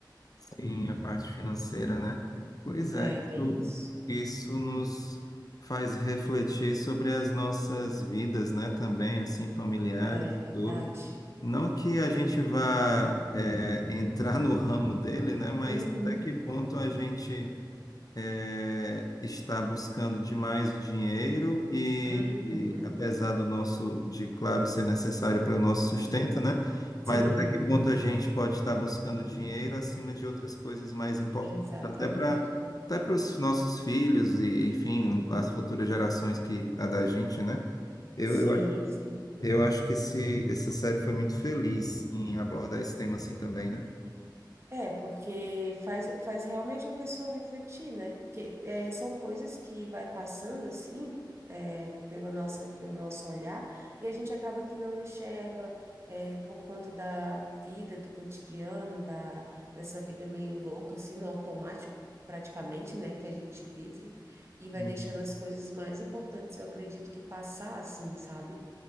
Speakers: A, on the left; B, on the right.
A: Sim, a parte financeira, né? Pois é,
B: É
A: isso,
B: bem isso.
A: isso nos faz refletir sobre as nossas vidas, né? Também, assim, familiares
B: É
A: e
B: verdade.
A: tudo. Não que a gente vá, é, entrar no ramo dele, né? Mas
B: Uhum.
A: até que ponto a gente é, está buscando demais o dinheiro e,
B: Uhum.
A: e apesar do nosso, de claro, ser necessário para o nosso sustento, né?
B: Sim,
A: Mas até que ponto a gente pode estar buscando dinheiro acima de outras coisas mais importantes,
B: exatamente.
A: até para até para os nossos filhos e, enfim,
B: Uhum.
A: as futuras gerações que a da gente, né? Eu,
B: Sim,
A: eu, acho-
B: sim.
A: eu acho que esse, essa série foi muito feliz em abordar esse tema assim também, né?
B: É, porque faz, faz realmente a pessoa refletir, né? Porque é, são coisas que vai passando assim, é, pela nossa, pelo nosso olhar, e a gente acaba que não enxerga, é, por conta da vida, do cotidiano, da, dessa vida meio louca, assim, no automático, praticamente, né, que a gente vive, e vai
A: Sim,
B: deixando as coisas mais importantes, eu acredito que passar assim, sabe?